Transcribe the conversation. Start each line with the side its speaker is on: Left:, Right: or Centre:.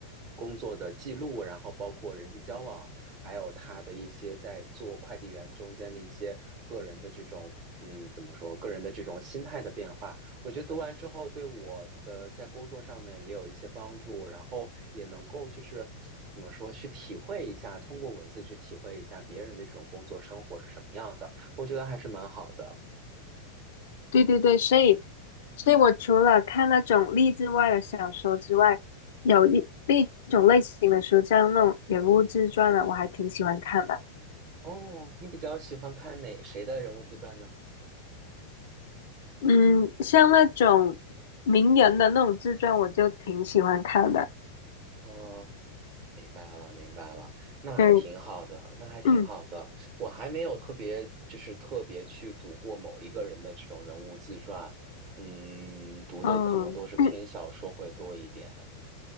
Right: 工作的记录，然后包括人际交往。还有他的一些在做快递员中间的一些个人的这种，嗯，怎么说，个人的这种心态的变化，我觉得读完之后对我的在工作上面也有一些帮助，然后也能够就是怎么说，去体会一下，通过文字去体会一下别人的这种工作生活是什么样的，我觉得还是蛮好的。
Left: 对对对，所以，所以我除了看那种励志外的小说之外，有一另一种类型的书，像那种人物自传的，我还挺喜欢看的。
Right: 哦，你比较喜欢看哪谁的人物自传呢？
Left: 嗯，像那种名人的那种自传，我就挺喜欢看的。
Right: 哦，明白了，明白了，那还挺好的，
Left: 对，
Right: 那还挺好的。
Left: 嗯，
Right: 我还没有特别，就是特别去读过某一个人的这种人物自传，嗯，读的可能都是偏小说会多一点。
Left: 哦，<clears throat>